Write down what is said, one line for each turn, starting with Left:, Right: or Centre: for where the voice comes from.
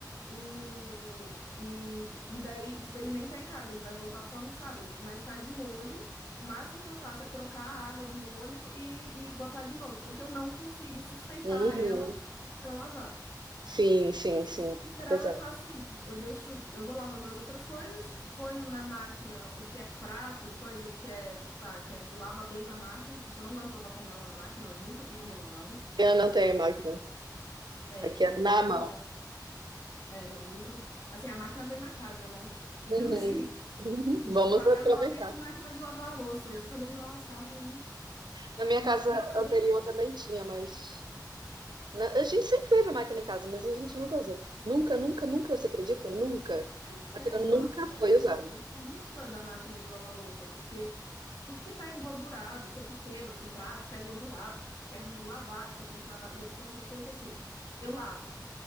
Left: e, e, e daí, tipo, ele nem tá em casa, ele vai voltar só no sábado, mas tá de molho. O máximo que eu faço é trocar a água do molho e, e botar de novo, porque eu não consigo sustentar
Right: Uhum.
Left: ela para lavar.
Right: Sim, sim, sim.
Left: No geral,
Right: É pesado.
Left: eu faço isso. Eu deixo, eu vou lavando as outras coisas, ponho na máquina o que é prato, coisa que é, pá, que é, lava bem na máquina, porque eu não gosto de lavar panela na máquina, elas nunca ficam bem lavadas.
Right: Eu não tenho máquina.
Left: É,
Right: Aqui é
Left: eu
Right: na
Left: nunca,
Right: mão.
Left: é, não, nunca fico. Assim, a máquina veio na casa, né? <laughs> Então,
Right: Uhum.
Left: assim,
Right: Uhum.
Left: a
Right: Vamos
Left: gente comprou a
Right: aproveitar.
Left: casa, ela veio com máquina de lavar a louça. Eu falei, nossa, amém.
Right: Na
Left: Porque
Right: minha
Left: uma,
Right: casa
Left: e uma
Right: anterior
Left: vez
Right: também tinha, mas. na- A gente sempre teve máquina em casa, mas a gente nunca usou. Nunca, nunca, nunca, você acredita? Nunca.
Left: Ai,
Right: A
Left: sério,
Right: máquina nunca
Left: nossa,
Right: foi
Left: eu,
Right: usada.
Left: eu sou muito fã da máquina de lavar louça, porque tudo que tá engordurado, que é pequeno, assim, prato que tá engordurado, que é ruim de lavar, que você tem que lavar. E eu sou uma pessoa que, assim, eu lavo,